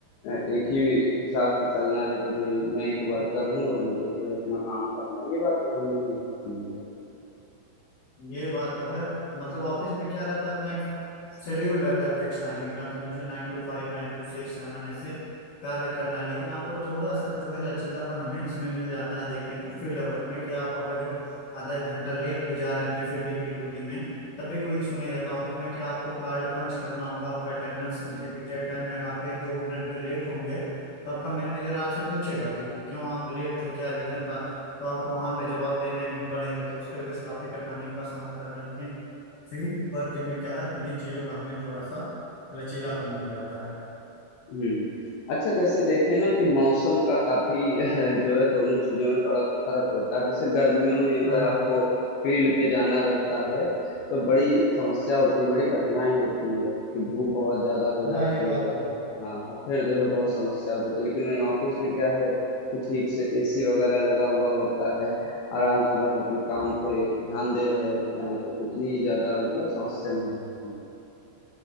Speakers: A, on the left; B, on the left.
A: अ, एक ही हिसाब से चलना है कि भाई मैं एक वर्कर हूँ और मुझे जो है अपना काम करना है ये बात तो कहीं ना कहीं रहती है
B: ये बात तो है मतलब ऑफिस में क्या रहता है अपना एक शेड्यूल रहता है फिक्स टाइमिंग का कि मुझे नाइन टू फाइव नाइन टू सिक्स सेवन ऐसे कार्य करना है लेकिन आपको थोड़ा सा जो है लचीलापन हमें इसमें मिल जाता है देखने को फील्ड वर्क में कि आप अगर जो आधा एक घंटा लेट भी जा रहे हैं अपने फील्ड की ड्यूटी में तब भी कोई इशू नहीं रहता ऑफिस में क्या आपको कार्ड पंच करना होगा आपका अटेंडेंस एग्जैक्ट टाइम रहेगा आप एक दो मिनट भी लेट होंगे तो आपका मैनेजर आपसे पूछेगा कि क्यों आप लेट थे क्या रीजन था तो आपको वहां पे जवाब देने पड़ेंगे तो उसके वजह से काफी कठिनाइयों का सामना करता है लेकिन फील्ड वर्क में क्या है इन्हीं चीजों का हमें थोड़ा सा लचीलापन मिल जाता है
A: हुँ। अच्छा जैसे देखें ना कि मौसम का काफ़ी <laughs> जो है दोनों चीज़ों में बड़ा फ़र्क होता है। जैसे गर्मियों में अगर
B: हाँ हाँ
A: आपको फ़ील्ड पे जाना रहता है, तो बड़ी समस्या होती है, बड़ी कठिनाई होती है कि धूप बहुत ज़्यादा हो जाती
B: हाँ ये बात
A: है।
B: तो है
A: हाँ, फिर
B: हम्म।
A: जो है बहुत समस्या हो जाती है। लेकिन वहीं ऑफ़िस में क्या है कि ठीक से एसी वग़ैरह लगा हुआ होता है, आराम से बस अपने काम पे ध्यान दे रहे होते हैं, तो उतनी ज़्यादा मतलब समस्या नहीं होती।